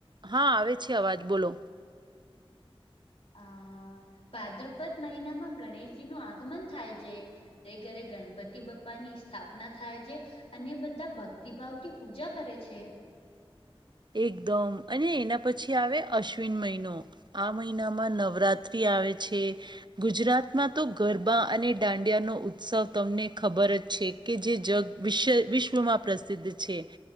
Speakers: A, on the right; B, on the left.
A: હા આવે છે અવાજ બોલો.
B: આ પાદ્રપદ મહિનામાં ગણેશજી નું આગમન થાય જે ઘરે ઘરે ગણપતિ બપ્પા ની સ્થાપના થાય છે. અને બધા ભક્તિભાવ થી પૂજા કરે છે.
A: એકદમ અને એના પછી આવે અશ્વિન મહિનો. આ મહિનામાં નવરાત્રિ આવે છે. ગુજરાતમાં તો ગરબા અને દાંડિયાનો ઉત્સવ તમને ખબર જ છે. કે જે જગ વિશય વિશ્વમાં પ્રસિદ્ધ છે